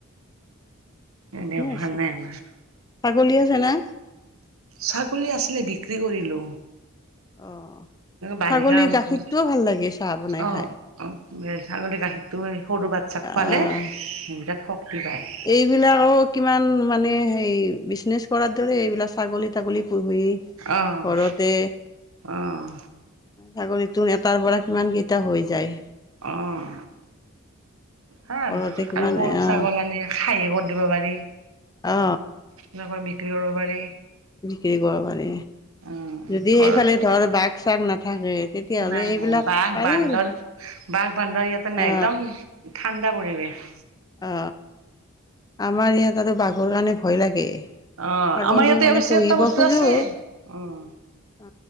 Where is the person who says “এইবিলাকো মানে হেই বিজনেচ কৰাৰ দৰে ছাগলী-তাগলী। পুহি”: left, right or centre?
Left